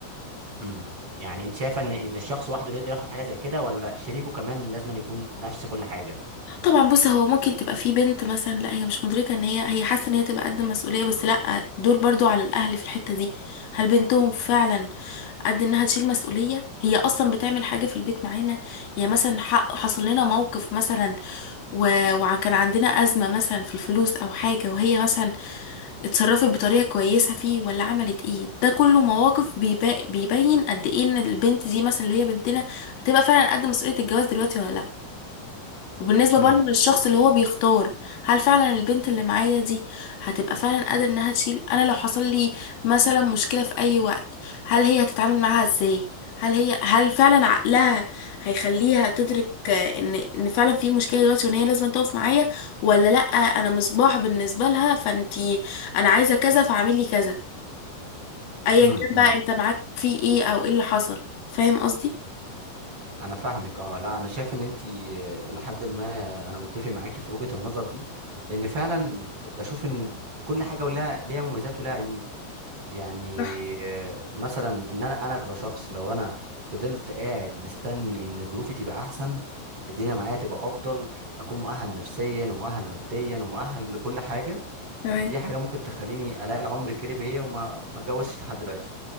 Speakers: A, on the right (about 30°); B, on the left (about 80°).
A: امم يعني انت شايفه ان ان الشخص وحده اللي يقدر ياخد حاجه زي كده ولا شريكه كمان لازم أن يكون نفس كل حاجه
B: طبعا بص هو ممكن تبقى في بنت مثلا لا هي مش مدركه ان هي هي حاسه ان هي تبقى قد المسؤوليه بس لا دور برضو على الاهل في الحته دي هل بنتهم فعلا قد انها تشيل مسؤوليه هي اصلا بتعمل حاجه في البيت معانا يعني مثلا ح- حصل لنا موقف مثلا و- وكان عندنا ازمه مثلا في الفلوس او حاجه وهي مثلا اتصرفت بطريقه كويسه فيه ولا عملت ايه ده كله مواقف بيبا- بيبين قد ايه ان البنت دي مثلا اللي هي بنتنا هتبقى فعلا قد مسؤوليه الجواز دلوقتي ولا لا وبالنسبة
A: امم
B: برضه للشخص اللي هو بيختار هل فعلا البنت اللي معايا دي هتبقى فعلا قادرة انها تشيل انا لو حصل لي مثلا مشكلة في اي وقت هل هي هتتعامل معاها ازاي هل هي هل فعلا عقلها هيخليها تدرك آه، ان ان فعلا في مشكلة دلوقتي وان هي لازم تقف معايا ولا لا انا مصباح بالنسبة لها فانتي انا عايزة كذا فاعملي كذا ايا
A: امم
B: كان بقى
A: امم
B: انت معاك في ايه او ايه اللي حصل فاهم قصدي
A: انا فاهمك اه لا انا شايف ان انت الى حد ما انا متفق معاكي في وجهه النظر دي لان فعلا بشوف ان كل حاجه ولها ليها مميزات ولها عيوب يعني
B: صح
A: آه، مثلا ان انا انا كشخص لو انا فضلت قاعد مستني ان ظروفي تبقى احسن الدنيا معايا تبقى افضل اكون مؤهل نفسيا ومؤهل ماديا ومؤهل لكل حاجه
B: تمام
A: دي حاجه ممكن تخليني الاقي العمر الكريم بيا وما ما اتجوزش لحد دلوقتي